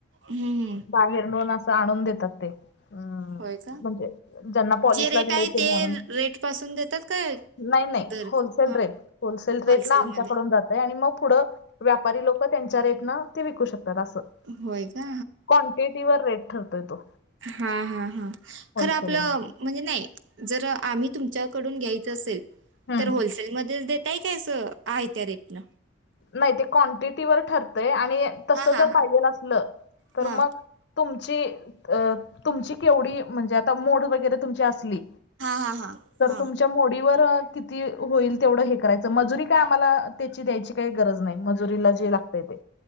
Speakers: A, on the right (about 70°); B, on the left (about 55°).
A: हम्म हम्म
B: बाहेर नू न असं आणून देतात ते अ
A: होय का,
B: म्हणजे ज्यांना पॉलिशला
A: जे रेट
B: दिलंय
A: आहे
B: त्यांनी
A: ते
B: आणून
A: रेट पासून देतात काय?
B: नाही नाही
A: दर
B: होलसेल
A: हा
B: रेट होलसेल
A: होलसेलमध्ये
B: रेट नं आमच्याकडून जातय आणि मग पुढं व्यापारी लोकं त्यांच्या रेटनं ते विकू शकतात असं
A: होय का
B: क्वांटिटीवर रेट ठरतोय तो
A: हा हा हा
B: होलसेलिंग
A: खरं आपलं
B: मध्ये
A: म्हणजे नाही जर आम्ही तुमच्याकडून घ्यायचं असेल
B: हम्म
A: तर होलसेल मध्येच देताय काय? असं आहे त्या रेट न?
B: नाही ते क्वांटिटीवर ठरतय आणि तस
A: हां हां
B: जर
A: हां
B: पाहिजेल असलं तर
A: हां
B: मग तुमची तुमची केवढी म्हणजे आता मोड वगैरे तुमची असली?
A: हां हां
B: तर
A: हां
B: तुमच्या
A: हां
B: मोडीवर किती होईल तेवढं हे करायचं मजुरी काय आम्हाला त्याची द्यायची काही गरज नाही मजुरीलाच हे लागतय ते